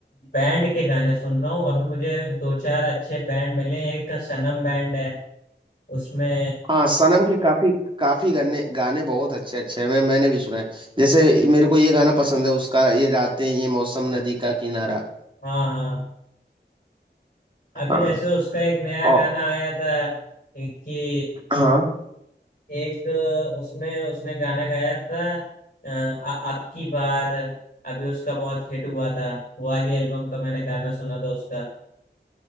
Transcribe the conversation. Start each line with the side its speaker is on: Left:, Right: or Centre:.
Left: बैंड के गाने सुन रहा हूँ अभी मुझे दो चार अच्छे बैंड मिले एक का सनम बैंड है उसमें
Right: हाँ सनम के काफी काफी गाने गाने बहुत अच्छे अच्छे हैं मैं मैंने भी सुना है जैसे मेरे को ये गाना पसंद है उसका ये रातें ये मौसम नदी का किनारा
Left: हाँ हाँ अभी
Right: हाँ
Left: जैसे उसका एक नया
Right: और
Left: गाना आया था कि
Right: हाँ
Left: एक उसमें उसने गाना गाया था अ, आ, अब की बार अभी उसका बहुत हिट हुआ था वो वाली एल्बम का मैंने गाना सुना था उसका